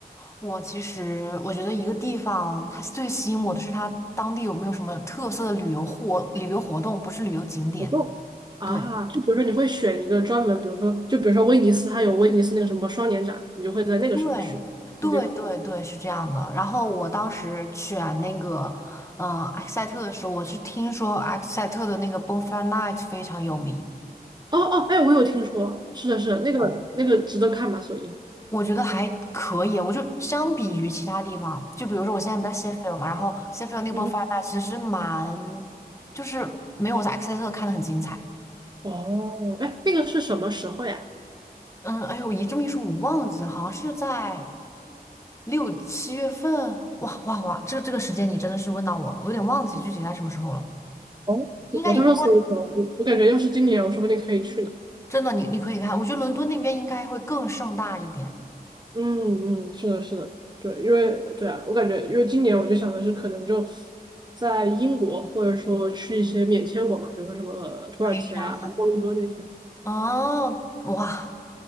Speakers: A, on the left; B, on the right.
A: 我其实我觉得一个地方它最吸引我的是它当地有没有什么特色的旅游活旅游活动，不是旅游景点。
B: 活动啊？
A: 对
B: 就比如说你会选一个专门，比如说就比如说威尼斯，它有威尼斯那个什么双年展，你就会在那个时候去。
A: 对对对对，
B: 你这个，嗯
A: 是这样的。然后我当时选那个嗯、呃克塞特的时候，我是听说埃塞特的那个 Bonfire Night 非常有名，
B: 哦哦，哎，我有听说，是的，是的，那个那个值得看吧？
A: 哦
B: 所以，
A: 我觉得还可以。我就相比于其他地方，就比如说我现在不在 s h e f i e l 嘛，然后 s h e f i e l 那个
B: 嗯哼，
A: Bonfire Night 其实蛮就是没有我在埃塞特看的很精彩。
B: 哦，哎，那个是什么时候呀？
A: 嗯，哎呦，我一这么一说，我忘记了，好像是在六七月份。哇哇哇，这个这个时间你真的是问到我了，我有点忘记具体在什么时候了。
B: 哦，
A: 应该也快，
B: 我到时候搜一搜，我我感觉要是今年，我说不定可以去呢。
A: 真的，你你可以看，我觉得伦敦那边应该会更盛大一点。
B: 嗯嗯，是的，是的，对，因为对啊，我感觉因为今年我就想的是，可能就在英国，或者说去一些免签国嘛，比如说什么土耳其啊、
A: 黑山。
B: 摩洛哥那些，
A: 哦，哇，